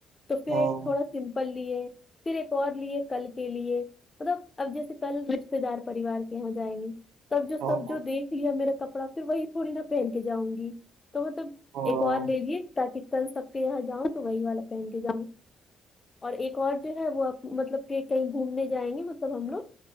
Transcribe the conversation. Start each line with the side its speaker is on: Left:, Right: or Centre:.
Left: تو پھر
Right: ہوں ہوں
Left: ایک تھوڑا سمپل لی ہے پھر ایک اور لیے کل کے لیے مطلب اب جیسے کل رتے دار پریوار کے یہاں جائیں گے تب جو
Right: ہوں
Left: سب
Right: ہوں
Left: جو دیکھ لیا میرا ک پڑا پھر وہی تھوڑی نا پہن کے جاؤں گی تو مطلب
Right: ہوں
Left: ایک وار دےجیے تاک چل سک پ جاؤ تو وہی والا پہن کے جاؤں اور ایک اور جو ہے وہ مطلب کہ کہیں گھومنے جائیں گے مطلب ہم لوگ